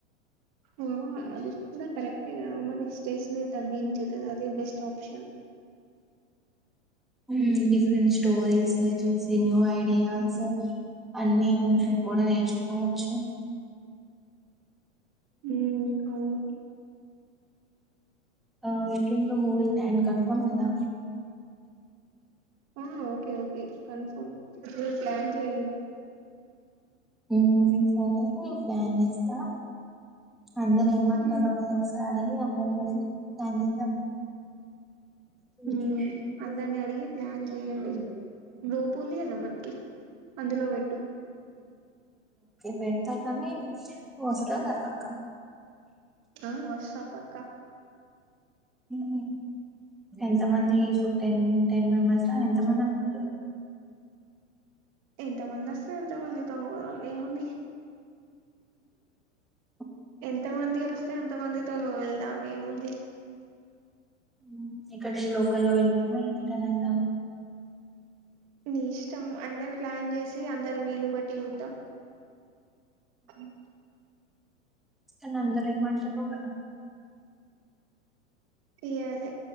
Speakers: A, on the right; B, in the centre.
A: ఆ అది కూడా కరెక్టే గా మరి స్ట్రెస్ ని తగ్గించుతుది అదే బెస్ట్ ఆప్షన్
B: హ్మ్ డిఫరెంట్ స్టోరీస్ చూసి న్యూ ఐడియాస్ అన్నీ ఉంటాయి కూడా నేర్చుకోవచ్చు
A: హ్మ్ అవును
B: ఆ వీకెండ్ లో మూవీ ప్లాన్ కన్ఫర్మ్ కదా
A: ఆ ఓకే ఓకే కన్ఫమ్ మీరు ప్లాన్ చేయండి
B: హ్మ్ సరే నేను ప్లాన్ చేస్తా అందరూ ఏం అంటారో
A: ఉమ్
B: కదా ఒకసారి అందరినీ అడిగి ప్లాన్ చేద్దాం చేద్దాం.
A: హ్మ్ అందరిని అడిగి ప్లాన్ చెయ్యండి గ్రూప్ ఉంది కదా మనకి అందులో పెట్టు
B: పెడత కాని వస్తావుగా పక్క
A: ఆ వస్తా పక్క
B: హుమ్మ్ ఎంత మంది ఈ పుట్టన్ టెన్ మెంబెర్స్ ఆ ఎంత మంది అనుకుంటు
A: ఎంతమంది వస్తే అంతమంది తనుకోదాం ఏముంది
B: ఉ
A: ఎంతమంది వస్తే అంత మందితోను వెళ్దాం ఏముంది.
B: ఉమ్ ఇక్కడికి లోకల్లో వెళ్దామా ఇంక్ కిట్టనేందామ్
A: నీ ఇష్టం అందరు ప్లాన్ చేసి అందరు వీలు బట్టి చూద్దాం హు హ్మ్
B: స్తున్న అందరు ఏమంటారో కదా
A: యాదే